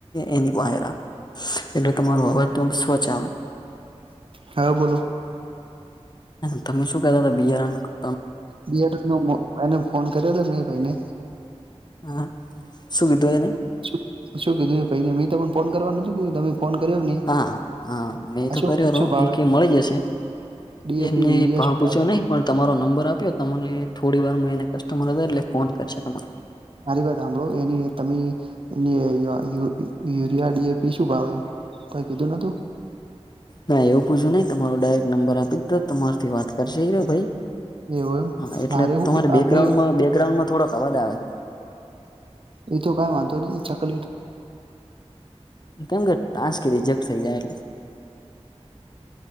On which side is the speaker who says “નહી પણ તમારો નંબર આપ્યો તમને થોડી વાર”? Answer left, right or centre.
Left